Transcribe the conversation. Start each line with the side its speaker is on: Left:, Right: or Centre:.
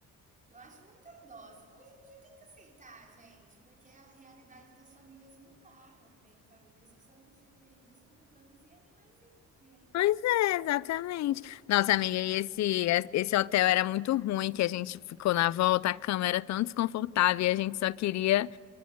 Right: eu acho muita dose. Hoje em dia tem que aceitar, gente, porque a realidade das famílias mudaram. Tem famílias que são constituídas por humanos e animaizinhos, e é
Left: Pois
Right: isso.
Left: é, exatamente. Nossa, amiga, e esse, esse hotel era muito ruim, que a gente ficou na volta, a cama era tão desconfortável e a gente só queria,